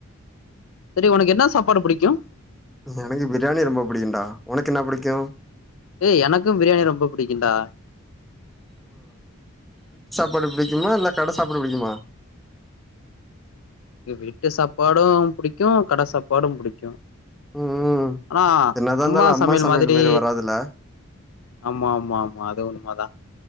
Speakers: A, on the left (about 75°); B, in the centre.
A: செரி உனக்கு என்னா சாப்பாடு புடிக்கு?
B: எனக்கு பிரியாணி ரொம்ப புடிக்குண்டா. உனக்கு என்னா புடிக்கு?
A: ஏய் எனக்கும் பிரியாணி ரொம்ப புடிக்குண்டா.
B: பாடு புடிக்குமா இல்ல கட சாப்பாடு புடிக்குமா?
A: அ வீட்டு சாப்பாடு புடிக்கும் கட சாப்பாடு புடிக்கு.
B: ம் ம்
A: ஆனா
B: என்னதா
A: அம்மா
B: இருந்தாலு
A: சமையல் மாதிரி
B: மாரி வராதுல்ல
A: ஆமா ஆமா ஆமா அது உண்மதா.